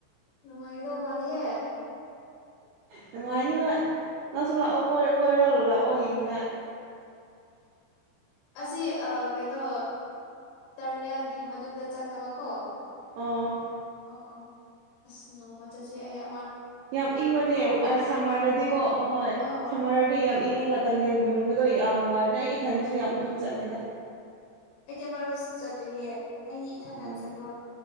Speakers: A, on the left (about 75°); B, on the right (about 80°).
A: ꯅꯨꯡꯉꯥꯏꯒꯗꯧꯕ ꯃꯥꯂꯦꯍꯦ
B: ꯅꯨꯡꯉꯥꯏꯅꯤ ꯍꯣꯏ ꯅꯪꯁꯨ ꯂꯥꯛꯑꯣ ꯀꯣꯏꯔꯂ ꯂꯥꯛꯑꯣ ꯌꯦꯡꯅꯤꯡꯉꯥꯏ
A: ꯑꯁꯤ ꯀꯩꯅꯣ ꯇꯔꯅꯦꯜꯒꯤ ꯃꯅꯨꯡꯗ ꯆꯪꯅꯕꯀꯣ
B: ꯑꯣ
A: ꯑꯣ ꯑꯣ ꯑꯁ ꯅꯣꯡꯃ ꯆꯠꯁꯦ ꯑ
B: ꯌꯥꯝ ꯏꯪꯕꯅꯦ ꯁꯝꯃꯔꯗꯗꯤꯀꯣ ꯑꯍꯣꯏ
A: ꯑꯣ
B: ꯁꯝꯃꯔꯗꯗꯤ ꯌꯥꯝ ꯏꯪ ꯇꯅꯦꯜꯒꯤ ꯃꯅꯨꯡꯗꯣ ꯌꯥꯝ ꯅꯨꯡꯉꯥꯏꯕꯅꯦ ꯑꯩ ꯏꯊꯗꯁꯨ ꯌꯥꯝ ꯑꯗꯨꯝ ꯆꯠꯂꯦꯗ
A: ꯑꯩꯗꯤ ꯃꯔꯣꯟꯁꯨ ꯆꯠꯇ꯭ꯔꯤꯌꯦ ꯑꯩꯗꯤ ꯏꯊꯟ
B: ꯎꯝ
A: ꯆꯠꯄꯥ